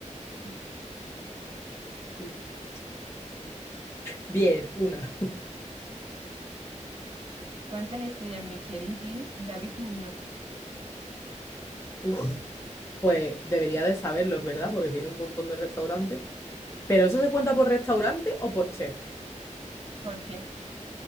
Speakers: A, on the right; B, on the left.
A: sí.
B: Sí. Bien, una.
A: ¿Cuántas estrellas Michelin tiene David Muñoz
B: Uf, pues debería de saberlo, en verdad, porque tiene un montón de restaurantes. ¿Pero eso se cuenta por restaurante o por chef?
A: por chef?